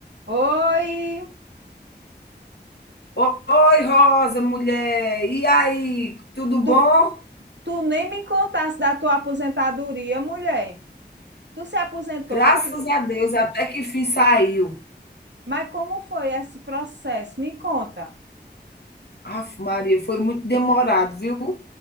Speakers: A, on the right; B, on the left.
A: Oi,
B: Oi, Rosa, mulher. E aí, tudo bom?
A: tu, tu nem me contaste da tua aposentadoria, mulher. Tu se aposentou,
B: Graças
A: foi...
B: a Deus, até que fim saiu.
A: mas como foi esse processo? Me conta.
B: Aff, Maria, foi muito demorado, viu?